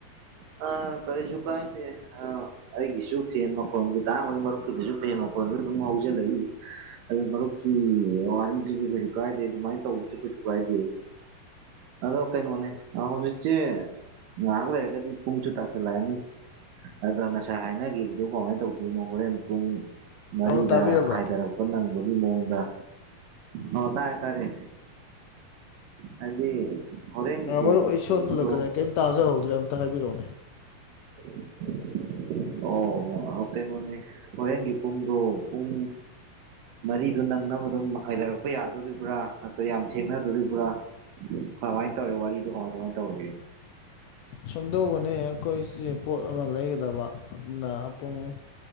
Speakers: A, on the right; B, on the left.
A: ꯑ ꯀꯔꯤꯁꯨ ꯀꯥꯏꯗꯦ ꯑ ꯑꯩꯒꯤꯁꯨ ꯐꯦꯟ ꯃꯈꯣ ꯇꯥꯡ ꯃꯔꯨꯞꯀꯤꯗꯁꯨ ꯐꯦꯟ ꯃꯈꯣ ꯑꯗꯨ ꯍꯧꯜꯂꯛꯏ ꯑ ꯃꯔꯨꯞꯀꯤ ꯋꯥꯔꯤꯗꯨꯁꯨ ꯀꯩꯁꯨ ꯀꯥꯏꯗꯦ ꯑꯗꯨꯃꯥꯏꯅ ꯇꯧꯕꯁꯨ ꯀꯩ ꯀꯥꯏꯗꯦ ꯑꯗꯣ ꯀꯩꯅꯣꯅꯦ ꯍꯧꯖꯤꯛꯁꯦ ꯉꯥꯏꯍꯥꯛ ꯂꯩꯔꯒꯗꯤ ꯄꯨꯡꯁꯨ ꯇꯥꯁꯜꯂꯛꯑꯅꯤ ꯑꯗꯣ ꯉꯁꯥꯏ ꯍꯥꯏꯅꯈꯤꯕꯗꯣ ꯀꯃꯥꯏꯅ ꯇꯧꯗꯣꯏꯅꯣ ꯍꯣꯔꯦꯟ ꯄꯨꯡ ꯃꯔꯤꯗ
B: ꯑꯃꯨꯛ ꯇꯥꯕꯤꯔꯕ꯭ꯔꯥ
A: ꯍꯥꯏꯊꯔꯛꯄ ꯅꯪꯕ ꯑꯗꯨ ꯃꯑꯣꯡꯗ ꯑꯣ ꯇꯥꯔꯦ ꯇꯥꯔꯦ ꯍꯥꯏꯗꯤ ꯍꯣꯔꯦꯟꯒꯤꯗꯣ
B: ꯑꯩ ꯃꯔꯨꯞ ꯑꯩ ꯏꯁꯣꯟꯗ
A: ꯄꯨꯡꯗꯣ
B: ꯊꯂꯛꯀ꯭ꯔꯦ ꯀꯔꯤꯝꯇ ꯇꯖꯍꯗ꯭ꯔꯦ ꯑꯃꯝꯇ ꯍꯥꯏꯕꯤꯔꯛꯎ
A: <inaudible> ꯑꯣ ꯀꯩꯅꯣꯅꯦ ꯍꯣꯔꯦꯟꯒꯤ ꯄꯨꯡꯗꯣ ꯄꯨꯡ ꯃꯔꯤꯗꯨ ꯅꯪꯅꯕ ꯑꯗꯨꯝ ꯍꯥꯏꯊꯔꯛꯄ ꯌꯥꯗꯣꯔꯤꯕ꯭ꯔꯥ ꯅꯠꯇ꯭ꯔ ꯌꯥꯝ ꯊꯦꯡꯅꯗꯣꯔꯤꯕ꯭ꯔꯥ ꯀꯃꯥꯏꯅ ꯇꯧꯔꯤ ꯋꯥꯔꯤꯗꯣ ꯀꯃꯥꯏ ꯀꯃꯥꯏ ꯇꯧꯔꯒꯦ
B: ꯁꯨꯝꯗꯧꯕꯅꯤ ꯑꯩꯈꯣꯏꯁꯦ ꯄꯣꯠ ꯑꯃ ꯂꯩꯒꯗꯕ ꯑꯗꯨꯅ ꯄꯨꯡ